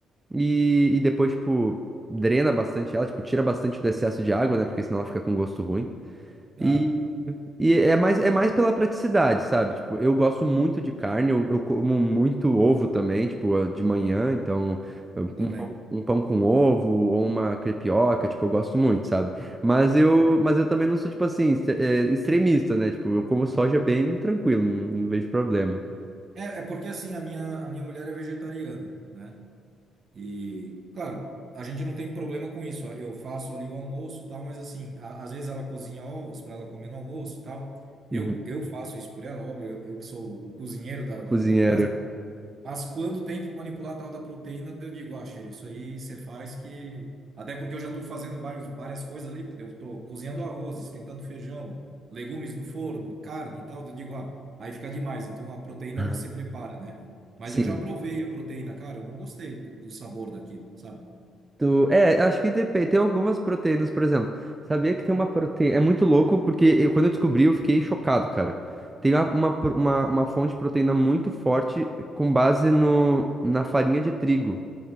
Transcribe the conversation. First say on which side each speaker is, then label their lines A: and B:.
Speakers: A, on the right; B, on the right.
A: e, e depois, tipo, drena bastante ela, tipo, tira bastante do excesso de água, né? Porque senão ela fica com gosto ruim. E,
B: Ah,
A: e é mais, é mais pela praticidade, sabe? Tipo, eu gosto muito de carne, eu, eu como muito ovo também, tipo, eh, de manhã, então eu-
B: eu
A: um
B: também.
A: pão, um pão com ovo ou uma crepioca, tipo, eu gosto muito, sabe? Mas eu, mas eu também não sou, tipo assim, ex- eh, extremista, né? Tipo, eu como soja bem tranquilo, não, não vejo problema.
B: É, é porque assim, a minha, a minha mulher é vegetariana, né? E, claro, a gente não tem problema com isso. ó. Eu faço ali o almoço e tal, mas assim, a- às vezes ela cozinha ovos para ela comer no almoço e tal. Eu,
A: Uhum.
B: eu faço isso por ela, óbvio, eu, eu que sou o cozinheiro da, da,
A: Cozinheiro.
B: da casa. Mas quando tem que manipular a tal da proteína, eu digo, ah, cheiro, isso aí você faz que. Até porque eu já estou fazendo vários, várias coisas ali, porque eu estou cozinhando arroz, esquentando feijão, legumes no forno, carne e tal. Eu digo, ah, aí fica demais. Então a proteína
A: <laughs>
B: você prepara, né? Mas
A: Sim.
B: eu já provei a proteína, cara, eu não gostei do, do sabor daquilo, sabe?
A: Tu- É, acho que depende. Tem algumas proteínas, por exemplo. Sabia que tem uma proteína. É muito louco, porque eu- quando eu descobri, eu fiquei chocado, cara. Tem uma, uma, pro- uma, uma fonte de proteína muito forte com base no, na farinha de trigo.